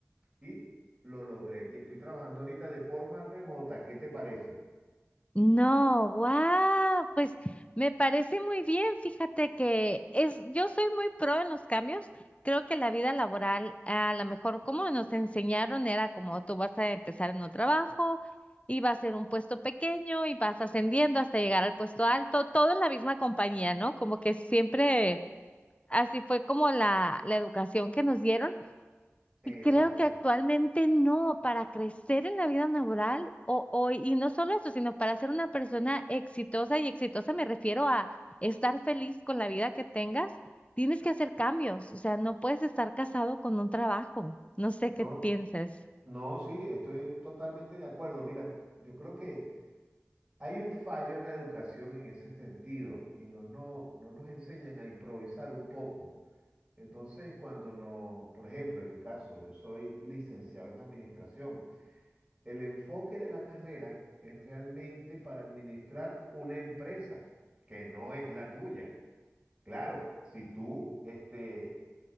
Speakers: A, on the right (about 20°); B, on the left (about 25°).
A: y lo logré. Y estoy trabajando ahorita de forma remota. ¿Qué te parece?
B: No, wow, pues me parece muy bien. Fíjate que es, yo soy muy pro en los cambios. Creo que la vida laboral, a lo mejor como nos enseñaron, era como tú vas a empezar en un trabajo y va a ser un puesto pequeño y vas ascendiendo hasta llegar al puesto alto, todo en la misma compañía, ¿no? Como que siempre así fue como la, la educación que nos dieron. Y
A: Exacto.
B: creo que actualmente no, para crecer en la vida laboral, o, o- y no solo eso, sino para ser una persona exitosa, y exitosa me refiero a estar feliz con la vida que tengas, tienes que hacer cambios, o sea, no puedes estar casado con un trabajo. No sé
A: No,
B: qué pienses.
A: no, sí, estoy totalmente de acuerdo. Mira, yo creo que... Hay un fallo en la educación en ese sentido y no, no, no nos enseñan a improvisar un poco. Entonces, cuando no, por ejemplo, en mi caso, yo soy licenciado en administración. El enfoque de la carrera es realmente para administrar una empresa que no es la tuya. Claro, si tú este,